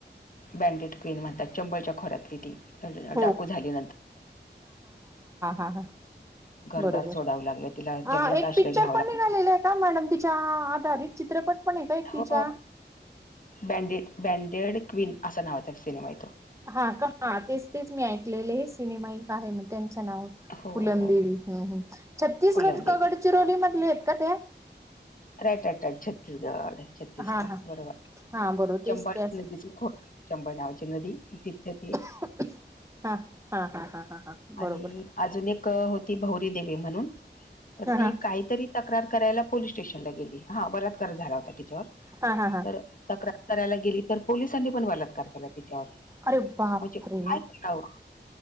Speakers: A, on the left; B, on the right.
A: बँडेड क्विन म्हणतात चंबलच्या खोऱ्यातली ती.
B: हो
A: डाकू झाली नंतर.
B: ह हा
A: घरदार
B: बरोबर
A: सोडावं लागलं तिला जंगलात
B: अ एक
A: आश्रय
B: पिक्चर
A: घ्यावा
B: पण
A: लागला
B: निघालेला आहे का मॅडम तिच्या आधारित चित्रपट पण आहे का एक तिच्या
A: हो बँडेड बँडेड क्वीन असा नावाचा एक सिनेमा येतो
B: हा का हा तेच तेच मी ऐकलेले हे सिनेमा एक आहे मग त्यांच्या नावा
A: हो
B: फुलमंदेवी
A: हो
B: हम हम् छत्तीसगड
A: फुलंदेवी
B: ग गडचिरोली मधले आहेत का ते
A: राईट राईट राईट छत्तीसगड छत्तीसगड
B: हा हा
A: बरोबर
B: हा बरोबर तेच
A: चंपा
B: त्याच
A: नदीचे खोट शंभळ नावाची नदी तिथे ते
B: हा हा हा हा हा हा बरोबर
A: आणि अजून एक होती भौरी देवी म्हणून तर
B: हा
A: ती
B: हा
A: काहीतरी तक्रार करायला पोलीस स्टेशनला गेली हा बलातकार झाला होता त्यािच्यावर
B: हा हा हा
A: तर तक्रार करायला गेली तर पोलिसांनी पण बलात्कार केला तिच्यावर
B: अरे बापरे
A: म्हणजे काय करावं